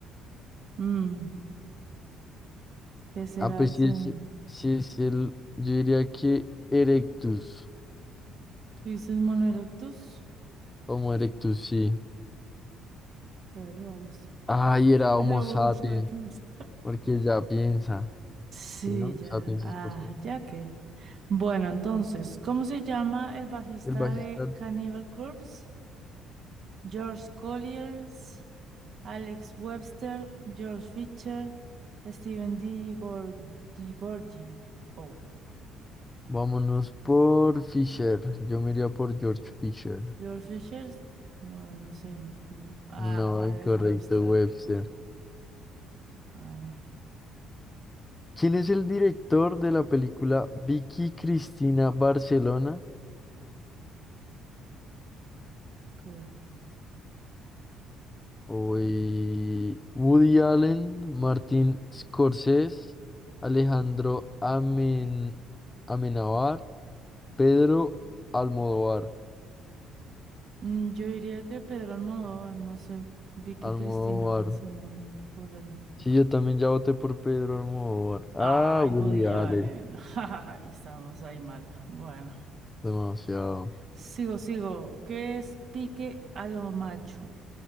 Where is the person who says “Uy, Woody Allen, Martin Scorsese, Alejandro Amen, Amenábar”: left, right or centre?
Left